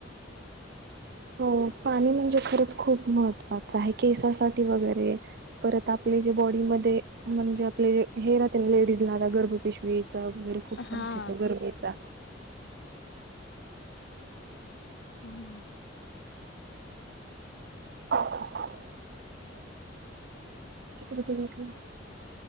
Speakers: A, on the left (about 65°); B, on the right (about 60°).
A: <inaudible>
B: हो... पाणी म्हणजे खरंच खूप महत्त्वाचं आहे... केसासाठी वगैरे परत... आपले जे बॉडीमध्ये... म्हणजे आपले हे राहते ना... लेडीजला आता गर्भ पिशवीचा... वगैरे खूप
A: हा
B: त्रास येतो गरमीचा
A: हम्म.
B: <inaudible> किती रुपये घेतला?